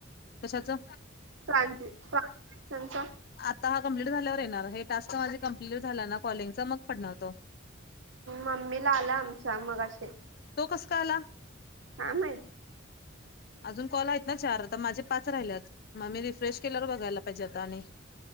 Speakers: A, on the left (about 50°); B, on the right (about 70°).
A: कशाचं?
B: <unintelligible>
A: आता हा कंप्लीट झाल्यावर येणार आहे हे टास्क माझे कंप्लीट झाले ना कॉलिंगचे मग पडणार तो
B: मम्मी ला आलं आमच्या मगाशी
A: तो कस का आला?
B: काय माहित
A: अजून कॉल हाय ना चार आता माझे पाच राहिलेत मग मी रिफ्रेश केल्यावर बघायला पाहिजे आता आणि